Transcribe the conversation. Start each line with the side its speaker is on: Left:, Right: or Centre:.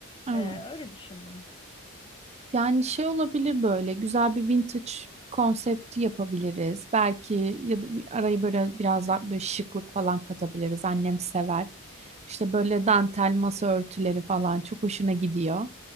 Right: Evet.
Left: E, öyle düşündüm.
Right: Yani şey olabilir böyle güzel bir vintage konsepti yapabiliriz. Belki ya da bir- arayı böyle biraz daha böyle şıklık falan katabiliriz. Annem sever. İşte böyle dantel masa örtüleri falan çok hoşuna gidiyor.